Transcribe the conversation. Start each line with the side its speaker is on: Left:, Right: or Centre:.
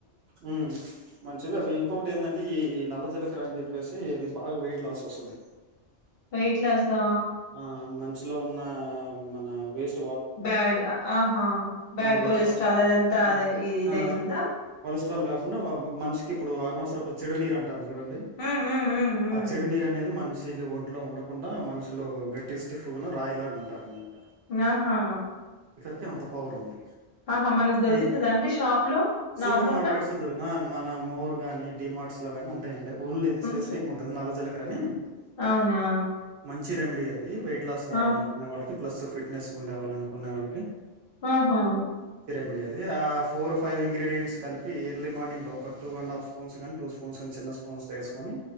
Right: ఉహ్మ్ మంచివి అవి ఇంకొటి ఏందాంటే ఈ నల్ల జ్ జీలకర్ర అని చెప్పేసి ఇది బాగా వెయిట్ లాస్ వస్తది.
Left: వెయిట్ లాసా
Right: ఆ మంచ్ లో ఉన్న మన వెస్ట్
Left: బ్యాడ్ ఆహా బ్యాడ్
Right: ఆ! వేస్ట్
Left: కొలెస్ట్రాల్
Right: వాటర్
Left: అద అంతా
Right: ఆ!
Left: ఇదయితుందా.
Right: ఆ! ఆ! కొలెస్ట్రాల్ కాకుండా. మనిషికిప్పుడు అనవసరం చెడునీరు అంట్ టారూ చూడండి.
Left: హ్మ్. హ్మ్. హ్మ్. హ్మ్.
Right: ఆ చెడు నీరు అనేది మనిషిక్ ఇది ఒంట్లో ఉండకుండా మనష్ షీలు గట్టిగా స్టిఫ్గా రాయిలాగా ఉంటారన్నమాట
Left: ఆహా
Right: కి అంత పవర్ ఉంది.
Left: ఆహా! మనకు దొరుకుతదా
Right: అయి
Left: అండి షాప్‌లో
Right: సూపర్
Left: నార్మల్‌గా?
Right: మార్కెట్స్, దొరుగ్ మన మోర్ గాని, డిమార్ట్స్. గానీ ఉంటాయండి. ఓన్ లేది
Left: ఉంట
Right: స్పెసిఫక్ ఉుంది నల్ జ కరణీం
Left: అవునా
Right: చి రేమిడియల్ ది వెయిట్ లాస్ కావాల
Left: ఆ!
Right: అనుకునే వాళ్ళకి ప్లస్ ఫిట్నెస్ ఉండేవళ్ళ అనుకునే వాళ్ళకి
Left: ఆహా
Right: మెడిఅది ఆ ఫోర్ ఫైవ్ ఇంగ్రీడియంట్స్ కలిపి ఎర్లీ మార్నింగ్ లో ఒక టూ అండ్ హాఫ్ స్పూన్స్ గానీ టూ స్పూన్స్ కానీ చిన్న స్పూన్స్ తో వేసుకొని